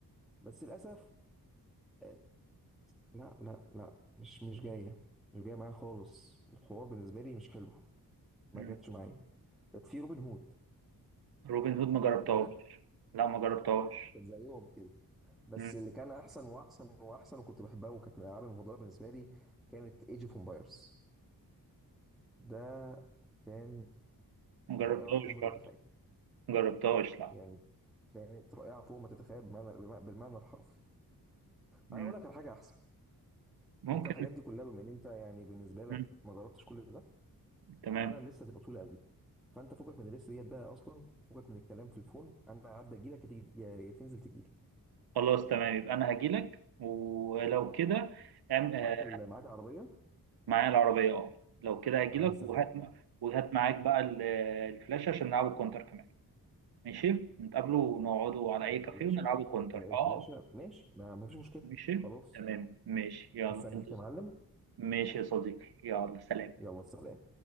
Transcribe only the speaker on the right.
مم.
روبن هود ما جربتهاش
لا ما جربتهاش
مم.
مجربتهاش
برضه
مجربتهاش لا
مم.
ممكن
مم.
تمام
خلاص تمام يبقى انا هجيلك ولو كده أم... آه،
معايا العربية اه لو كده هجيلك
وهات وهات معاك بقى ال- الفلاشة عشان نلعبوا كونتر كمان ماشي نتقابلوا ونقعدوا على أي
كافيه ونلعبوا كونتر
اه
ماشي
تمام ماشي يلا
في انتظار
ماشي يا صديقي يلا سلام